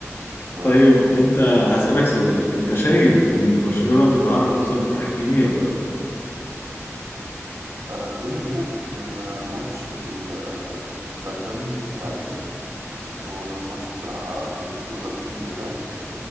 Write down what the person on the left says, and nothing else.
طيب انت هسألك سؤال انت شايف ان برشلونة بتتعرض لظلم تحكيمي ولا لا